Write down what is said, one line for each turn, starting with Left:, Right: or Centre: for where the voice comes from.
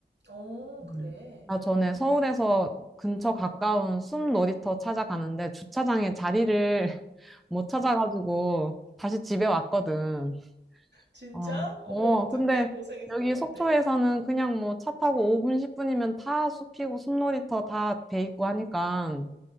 Right: 어,
Centre: 음.
Right: 그래.
Centre: 나 전에 서울에서 근처 가까운 숨 놀이터 찾아가는데 주차장에 자리를 <laughs> 못 찾아가지고 다시 집에 왔거든.
Right: 진짜?
Centre: 아,
Right: 어머,
Centre: 어, 어,
Right: 어떡해.
Centre: 근데
Right: 고생해서
Centre: 여기
Right: 갔는데.
Centre: 속초에서는 그냥 뭐 차 타고 5분, 10분이면 다 숲이고 숨 놀이터 다 돼 있고 하니까